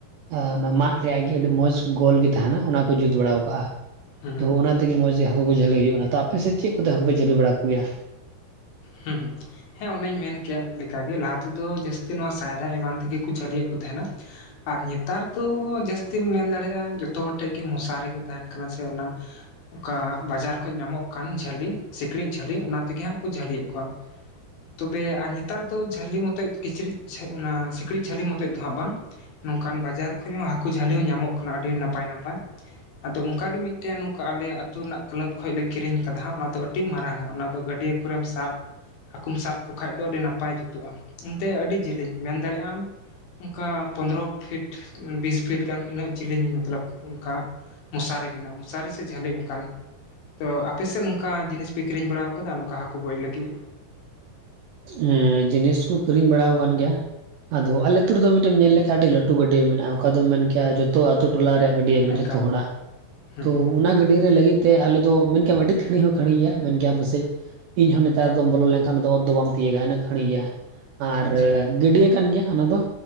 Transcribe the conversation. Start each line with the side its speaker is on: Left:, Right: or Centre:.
Right: ᱟᱻ ᱚᱱᱟ ᱢᱟᱫ ᱨᱮᱭᱟᱜ ᱜᱮ ᱟᱹᱰᱤ ᱢᱚᱸᱡᱽ ᱜᱳᱞ ᱜᱮ ᱛᱟᱸᱦᱮᱱᱟ ᱚᱱᱟ ᱠᱚ ᱡᱩᱛ ᱵᱟᱲᱟ ᱟᱠᱟᱜᱼᱟ ᱾
Left: ᱦᱩᱸ ᱦᱩᱸ
Right: ᱛᱚ, ᱚᱱᱟ ᱛᱮᱜᱮ ᱢᱚᱸᱡᱽ ᱜᱮᱼᱼ ᱦᱟᱹᱠᱩ ᱠᱚ ᱡᱷᱟᱹᱞᱤ ᱦᱩᱭᱩᱜ ᱠᱟᱱᱟ᱾ ᱛᱚ, ᱟᱯᱮ ᱥᱮᱫ ᱪᱮᱫ ᱠᱚᱛᱮ ᱦᱟᱹᱠᱩ ᱯᱮ ᱡᱷᱟᱹᱞᱤ ᱵᱟᱲᱟ ᱠᱚ ᱜᱮᱭᱟ?
Left: ᱦᱩᱸ ᱦᱩᱸ, ᱦᱮᱸ ᱚᱱᱟᱧ ᱢᱮᱱᱠᱮᱫ ᱞᱮᱠᱟᱜᱮ ᱞᱟᱦᱟ ᱛᱮᱫᱚ ᱡᱟᱹᱥᱛᱤ ᱱᱚᱣᱟ ᱥᱟᱭᱨᱟ ᱮᱢᱟᱱᱼᱼ ᱛᱮᱜᱮ ᱠᱚ ᱡᱷᱟᱹᱞᱤᱭᱮᱫ ᱠᱚ ᱛᱟᱸᱦᱮᱱᱟ, ᱟᱨ ᱱᱮᱛᱟᱨ ᱫᱚ ᱡᱟᱹᱥᱛᱤᱢ ᱢᱮᱱ ᱫᱟᱲᱮᱭᱟᱜᱼᱟ ᱡᱷᱚᱛᱚ ᱦᱚᱲ ᱴᱷᱮᱱ ᱠᱤ ᱢᱚᱥᱟᱨᱤ ᱠᱚ ᱛᱟᱸᱦᱮᱱ ᱠᱟᱱᱟ ᱥᱮ ᱚᱱᱟ ᱚᱠᱟ ᱵᱟᱡᱟᱨ ᱠᱷᱚᱱ ᱧᱟᱢᱚᱜ ᱠᱟᱱ ᱡᱷᱟᱹᱞᱤᱼᱼ ᱥᱤᱠᱬᱤᱡ ᱡᱷᱟᱹᱞᱤ ᱚᱱᱟ ᱛᱮᱜᱮ ᱦᱟᱸᱜ ᱠᱚ ᱡᱷᱟᱹᱞᱤᱭᱮᱫ ᱠᱚᱣᱟ, ᱛᱚᱵᱮ ᱟᱨ ᱱᱮᱛᱟᱨ ᱫᱚ ᱡᱷᱟᱹᱞᱤ ᱢᱚᱛᱚᱡ ᱠᱤᱪᱨᱤᱡ ᱥᱮ ᱚᱱᱟ ᱥᱤᱠᱬᱤᱡ ᱡᱷᱟᱹᱞᱤ ᱢᱚᱛᱚᱡ ᱫᱚ ᱦᱟᱸᱜ ᱵᱟᱝ ᱱᱚᱝᱠᱟᱱ ᱵᱟᱡᱟᱨ ᱠᱷᱚᱱ ᱦᱚᱸ ᱦᱟᱹᱠᱩ ᱡᱷᱟᱹᱞᱤ ᱦᱚᱸ ᱧᱟᱢᱚᱜ ᱠᱟᱱᱟ ᱟᱹᱰᱤ ᱱᱟᱯᱟᱭ ᱱᱟᱯᱟᱭ᱾ ᱟᱫᱚ ᱚᱱᱠᱟ ᱜᱮ ᱢᱤᱫᱴᱮᱱ ᱱᱚᱝᱠᱟ ᱟᱞᱮ ᱟᱹᱛᱩ ᱨᱮᱱᱟᱜ ᱠᱞᱟᱵᱽ ᱠᱷᱚᱡ ᱞᱮ ᱠᱤᱨᱤᱧ ᱟᱠᱟᱫᱟ ᱦᱟᱸᱜ ᱚᱱᱟ ᱫᱚ ᱟᱹᱰᱤ ᱢᱟᱨᱟᱝ-ᱟ ᱚᱱᱟ ᱫᱚ ᱜᱟᱹᱰᱭᱟᱹ ᱠᱚᱨᱮᱢ ᱥᱟᱵ ᱦᱟᱹᱠᱩᱢ ᱥᱟᱵ ᱠᱚ ᱠᱷᱟᱡ ᱫᱚ ᱟᱹᱰᱤ ᱱᱟᱯᱟᱭ ᱡᱩᱛᱩᱜᱼᱟ, ᱮᱱᱛᱮ ᱟᱹᱰᱤ ᱡᱤᱞᱤᱧ ᱢᱮᱱ ᱫᱟᱲᱮᱭᱟᱜ ᱟᱢ ᱚᱱᱠᱟ ᱯᱚᱸᱫᱽᱨᱚ ᱯᱷᱤᱴ ᱵᱤᱥ ᱯᱷᱤᱴ ᱜᱟᱱ ᱤᱱᱟᱹᱜ ᱡᱤᱞᱤᱧ ᱢᱚᱛᱞᱚᱵᱽ ᱚᱱᱠᱟ ᱢᱚᱥᱟᱨᱤ ᱢᱮᱱᱟᱜᱼᱟ ᱢᱚᱥᱟᱨᱤ ᱥᱮ ᱡᱷᱟᱹᱞᱤ ᱚᱱᱠᱟᱱ ᱛᱚ ᱟᱯᱮᱥᱮᱫ ᱚᱱᱠᱟ ᱡᱤᱱᱤᱥ ᱯᱮ ᱠᱤᱨᱤᱧ ᱵᱟᱲᱟ ᱟᱠᱟᱫᱟ ᱱᱚᱝᱠᱟ ᱦᱟᱹᱠᱩ ᱜᱚᱡ ᱞᱟᱹᱜᱤᱫ?
Right: ᱦᱮᱸ, ᱡᱤᱱᱤᱥ ᱠᱚ ᱠᱤᱨᱤᱧ ᱵᱟᱲᱟ ᱟᱠᱟᱱ ᱜᱮᱭᱟ ᱟᱫᱚ ᱟᱞᱮ ᱟᱛᱹᱩ ᱨᱮᱫᱚ ᱢᱤᱫᱴᱮᱱ ᱧᱮᱞᱠᱷᱟᱱ ᱟᱹᱰᱤ ᱞᱟᱹᱴᱩ ᱜᱟᱹᱰᱭᱟ ᱢᱮᱱᱟᱜᱼᱟ, ᱚᱠᱟ ᱫᱚᱢ ᱢᱮᱱ ᱠᱮᱭᱟ
Left: ᱦᱩᱸ
Right: ᱡᱚᱛᱚ ᱟᱛᱳ ᱴᱚᱞᱟ ᱨᱮᱭᱟᱜ ᱜᱟᱹᱰᱭᱟ ᱠᱟᱱᱟ
Left: ᱮᱠᱟᱞ
Right: ᱡᱚᱛᱚ ᱦᱚᱲᱟᱜ᱾
Left: ᱦᱩᱸ
Right: ᱛᱚ,
Left: ᱦᱩᱸ
Right: ᱚᱱᱟ ᱜᱟᱹᱰᱭᱟᱹ ᱨᱮ ᱞᱟᱹᱜᱤᱫ ᱛᱮ ᱟᱞᱮ ᱫᱚ ᱢᱮᱱ ᱠᱮᱭᱟᱢ ᱟᱹᱰᱤ ᱠᱷᱟᱺᱲᱤ ᱦᱚᱸ ᱠᱷᱟᱺᱲᱤ ᱜᱮᱭᱟ ᱢᱮᱱ ᱠᱮᱭᱟᱢ ᱯᱟᱥᱮᱡ ᱤᱧᱦᱚᱸ ᱱᱮᱛᱟᱨ ᱫᱚᱢ ᱵᱚᱞᱚ ᱞᱮᱱᱠᱷᱟᱱ ᱚᱛ ᱫᱚ ᱵᱟᱢ ᱛᱤᱭᱳᱜᱟ ᱤᱱᱟᱹᱜ ᱠᱷᱟᱺᱲᱤ ᱜᱮᱭᱟ᱾ ᱟᱨ
Left: ᱟᱪᱪᱷᱟ
Right: ᱜᱟᱹᱰᱭᱟᱹ ᱠᱟᱱ ᱜᱮᱭᱟ ᱚᱱᱟ ᱫᱚ,